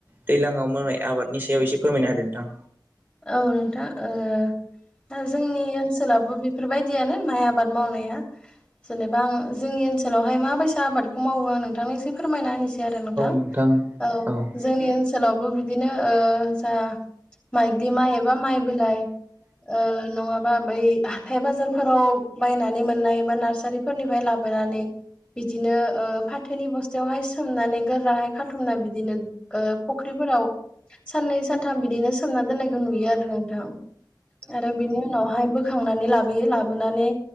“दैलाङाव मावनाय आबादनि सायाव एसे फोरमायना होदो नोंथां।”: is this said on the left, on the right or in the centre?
Right